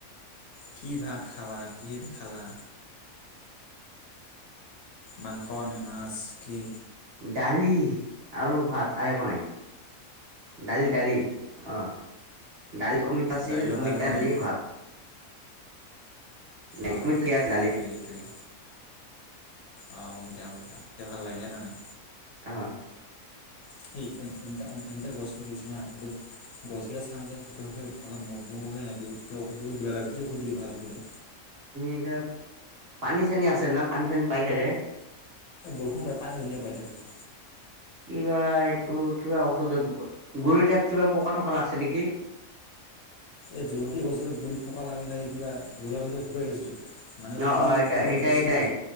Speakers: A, on the left (about 85°); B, on the right (about 45°).
A: কি ভাত খালা কিহেদি খালা? মাংস নে মাছ কি?
B: দালি আৰু ভাত আৰু একো নাই, দালি দালি অ'। দালিত অমিতা আছিল,
A: দালিৰ লগত
B: অমিতা,
A: আৰু একো
B: দালি,
A: নাই
B: ভাত। নাই
A: অঁ',
B: অমিতা আছিল দালিত
A: এইটোৱেই এইটোৱেই। অঁ অমিতা অমিতা, অমিতা ভাল লাগে নে নাই?
B: অ,
A: সি অমিতা অমিতাৰ গছপুলি ৰুই ছাবি না কিন্তু, গছ গিলা চাং যে শুকাই শুকাই অলপ মৰো মৰো হয় নাকি কিবা ঔষধ চখুধ দিবা লাগিব কি ঔষধ দিলে ভাল হ'ব ৰে,
B: এতিয়া পানী চানী আছে না পানী চানী পাই থাকে,
A: বৰষুণ পাই পানী ধুনীয়া পাই থাকে।
B: কিবা এইটো কিবা ঔষধত গুৰি তাত কিবা পকা থকা লাগিছে নেকি।
A: এই জলকীয়া গছ গিলাত গুৰিত পকা লাগি লাগিলে কিবা গছ শুকাই গৈছে। মানে
B: অ
A: ফুল
B: অ এ
A: ফুল
B: এইটা
A: ধৰছিল
B: এটাই